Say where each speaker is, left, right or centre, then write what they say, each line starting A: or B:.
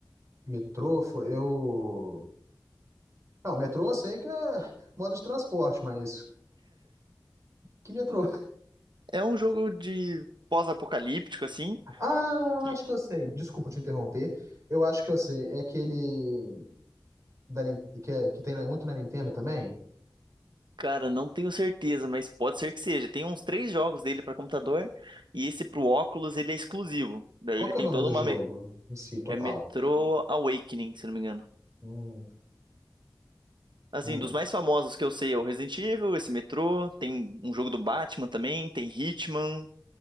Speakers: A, on the right; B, on the right.
A: Metrô, fo- eu. Não, metrô eu sei que é <laughs> modo de transporte, mas. Que metrô? <laughs>
B: É um jogo de pós-apocalíptico, assim.
A: Ah,
B: que-
A: acho que eu sei. Desculpa te interromper. Eu acho que eu sei. É aquele. Da... Nin- Que, é- que tem na- muito na Nintendo também?
B: Cara, não tenho certeza, mas pode ser que seja. Tem uns três jogos dele pra computador e esse pro óculos ele é exclusivo. Daí
A: Qual
B: ele
A: que
B: tem
A: é o nome
B: toda
A: do
B: uma
A: jogo
B: me...
A: em si, total?
B: é Metro Awakening, se não me engano.
A: Hum,
B: Assim,
A: hum,
B: dos mais famosos que eu sei é o Resident Evil, esse Metro, tem um jogo do Batman também, tem Hitman,